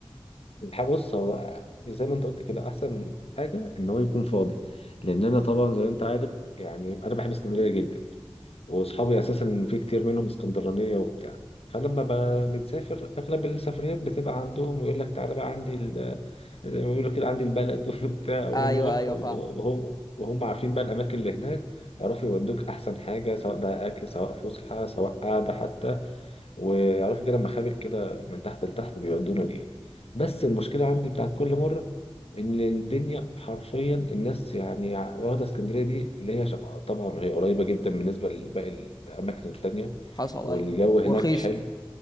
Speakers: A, on the left; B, on the left.
A: الحق بص هو زي ما انت قلت كده احسن حاجه ان هو يكون فاضي لان انا طبعا زي ما انت عارف يعني انا بحب اسكندريه جدا واصحابي اساسا في كتير منهم اسكندرانيه وبتاع فلما ب- بنسافر اغلب السفريات بتبقى عندهم ويقول لك تعالى بقى عندي ال- زي ما بيقولوا كده عندي البلد <laughs> وبتاع ونروح
B: ايوه ايوه
A: وهم
B: فاهم
A: وهم عارفين بقى الاماكن اللي هناك يعرفوا يودوك احسن حاجه سواء بقى اكل سواء فسحه سواء قعده حتى ويعرفوا كده مخابئ كده من تحت لتحت بيودونا لإيه بس المشكلة عندي بتاعت كل مرة إن الدنيا حرفيا الناس يعني واخدة اسكندرية دي اللي هي ش- طبعا هي قريبة جدا بالنسبة لباقي الأماكن التانية
B: حصل
A: والجو
B: ايوه
A: هناك
B: ورخيصه
A: حلو